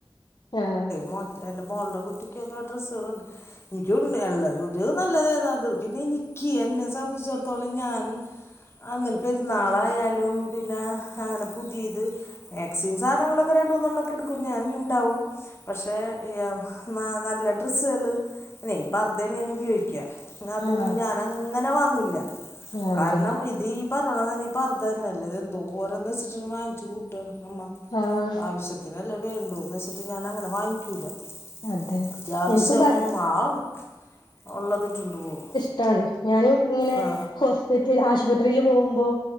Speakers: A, on the left; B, on the left.
A: ആഹ്
B: മോ എന്റെ മോൾടെ കുട്ടിക്കൊക്കെ ഡ്രസ്സ്കളുണ്ട് എനിക്കണ്ട് ഇള്ളത് നല്ലത് ഏതാത് പിന്നെ എനിക്ക് എന്നെ സംബന്ധിച്ചിടത്തോളം ഞാൻ അങ്ങനെ പെരുന്നാളായാലും പിന്നെ അങ്ങനെ പുതിത് എക്സി സാധനങ്ങളൊക്കെ രണ്ടൂന്നെണ്ണം ഒക്കെ എടുക്കും ഞാൻ ഇണ്ടാവും പക്ഷേ ഏയ് നല്ല ഡ്രസ്സുകള് പിന്നെ പർദ്ധാണ് ഞാൻ ഉപയോഗി ക്യ അതൊന്നും
A: ആഹ്
B: ഞാൻ അങ്ങനെ വാങ്ങൂല
A: ആഹ്
B: കാരണം
A: അതെ
B: ഇതീ പറയണ തന്നെ പർദ്ധ തന്നെയല്ലേ ഇത് എന്തോരോന്ന് വെച്ചിട്ട് വാങ്ങിച്ചു കൂട്ടുവ നമ്മ
A: ആഹ്
B: ആവശ്യ അത്തിനെല്ലേ വേണ്ടുന്ന് വെച്ചിട്ട് ഞാൻ അങ്ങനെ വാങ്ങിക്കൂല
A: അതെ
B: അത്യാവശ്യം
A: എനിക്കും പ
B: വാങ്ങും ഒള്ളതിട്ടൊണ്ട് പോവും
A: അതാണ് ഞാനും ഇങ്ങനെ
B: ആ
A: ഹോ ആശുപത്രിയില് പോവുമ്പോ